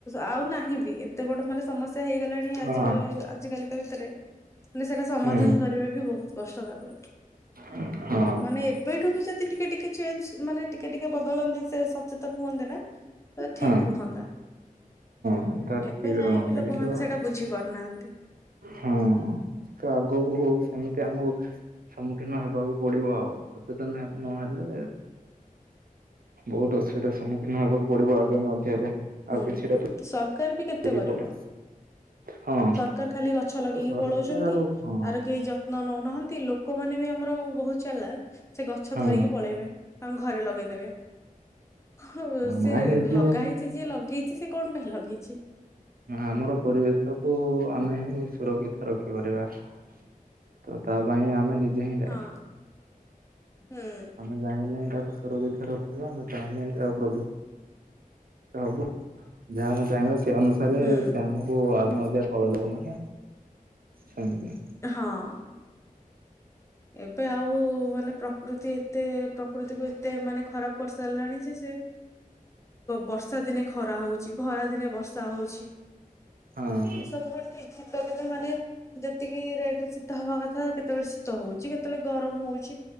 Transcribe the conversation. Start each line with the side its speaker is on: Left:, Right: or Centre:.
Left: ଆଉ ନାହିଁ ବି ଏତେ ବଡ଼ ମାନେ ସମସ୍ୟା ହେଇଗଲାଣି
Right: ହଁ
Left: ଆଜି ଆଜିକାଲି ଭିତରେ ମାନେ ସେଇଟା ସମାଧାନ
Right: ହୁଁ
Left: କରିବା ବି ବହୁତ କଷ୍ଟ ତାକୁ।
Right: <inaudible>
Left: ମାନେ ଏବେଠୁ ବି ଯଦି ଟିକେ ଟିକେ ଚେଞ୍ଜ ମାନେ ଟିକେ ଟିକେ ବଦଳନ୍ତି ସେ ସଚେତନ ହୁଅନ୍ତେ ନା ତ ଠିକ
Right: ହଁ
Left: ରୁହନ୍ତା
Right: ହଁ ତ ଠିକ
Left: ଏବେ ଯାଇ
Right: ରୁହନ୍ତା
Left: ବିି ଲୋକମାନେ
Right: କିନ୍ତୁ
Left: ସେଇଟା ବୁଝି ପାରୁନାହାନ୍ତି।
Right: ହଁ ତ ଆଗକୁ ଆମକୁ ସେମିତି ଆମକୁ ସମ୍ମୁଖୀନ ହେବାକୁ ପଡିବ ଆଉ ସଚେତନ ନହେଲେ ବହୁତ ଅସୁବିଧାର ସମ୍ମୁଖୀନ ହବାକୁ ପଡିବ ଆଗାମୀ ଅଧ୍ୟାୟରେ। ଆଉ
Left: ହୁଁ
Right: କିଛିଟା
Left: ସରକାର ବି କେତେ
Right: ପିଢି
Left: କରିବ?
Right: ପରେ ହଁ
Left: ସରକାର ଖାଲି ଗଛ ଲଗେଇକି
Right: ସରକାର
Left: ପଳଉଛନ୍ତି
Right: ଆଉ
Left: ତାର
Right: ହଁ
Left: କେହି ଯ ନ ନଉନାହାନ୍ତି ଲୋକମାନୋନେ ବି ଆମର ବହୁତ ଚାଲା ସେ ଗଛ
Right: ହଁ
Left: ଧରିକି ପଳେଇବେ ତାଙ୍କ ଘରେ ଲଗେଇଦେବେ। ହଁ ସେ
Right: ନାଇଁ ନିଜେ
Left: ଲଗା ହେଇଛି ଯିଏ ଲଗେଇଛି ସେ କଣ ପାଇଁ ଲଗେଇଛି।
Right: ଆମର ପରିବେଶକୁୁ ଆମେ ହିଁ ସୁରକ୍ଷିତ ରଖିପାରିବା। ତ ତା ପାଇଁ ଆମେ ନିଜେ ହିଁ ଦାଇ।
Left: ହଁ ହୁଁ
Right: ଆମେ ଚାହିଁଲେ ତାକୁ ସୁରକ୍ଷା ରଖିବା ଆମେ ଚାହିଁଲେଁ ତାକୁ ହବ ଯାହା ଆମେ ଚାହିଁବା ସେ ଅନୁ ରେ
Left: ହୁଁ
Right: ସେ ଆମକୁ <unintelligible> ଲୋକ ମାନେ ସେମତି
Left: ହଁ। ଏବେ ଆଉ ମାନେ ପ୍ରକୃତି ଏତେ ପ୍ରକୃତିକୁ ଏତେ ମାନେ ଖରାପ କରି ସାରିଲାଣି ଯେ ବର୍ଷା ଦିନେ ଖରା ହଉଛି ଖରା ଦିନେ ବର୍ଷା ହଉଛି।
Right: ହଁ।
Left: ଏସବୁ କଣ ଠିକ ଶୀତ ଦିନ ମାନେ ଯେତିକି ରେଟ ରେ ଶୀତ ହବା କଥା <unintelligible> ହଉଛି କେତେବେଳେ ଗରମ ହଉ